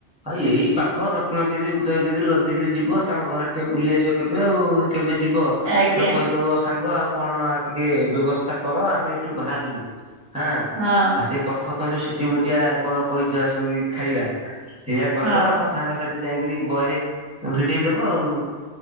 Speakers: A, in the centre; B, on the right.
A: ଭାଇ ଏଇ ପାଖ ରତ୍ନାଗିରି ଉଦୟଗିରି ଲଳିତା ଗିରି ଯିବ ତାଙ୍କ ଘର ଆଡେ ଟିକେ ବୁଲି ଆସିବ କେବେ ଆଉ କେବେ ଯିବ?
B: ଆଜ୍ଞା
A: ତାକୁ କହିଦବ ସାଙ୍ଗ ଆଉ କଣ ଟିକେ ବ୍ୟବସ୍ଥା କର ଆମେ ଏଠୁ ବାହାରିଲୁ। ହାଁ ଆଉ
B: ହଁ
A: ସିଏ କରିଥିବ ତମେ ଯୋଉ ସିଠି ମିଠିଆ କ କହିଛ ସବୁ ଖାଇବା ସେଇଆ କରିଦବା
B: ହଁ
A: ତମ ସାଙ୍ଗସାଥି ଯାଇଁକିରି ବହେ ଭିଡେଇ ଦବ ଆଉ।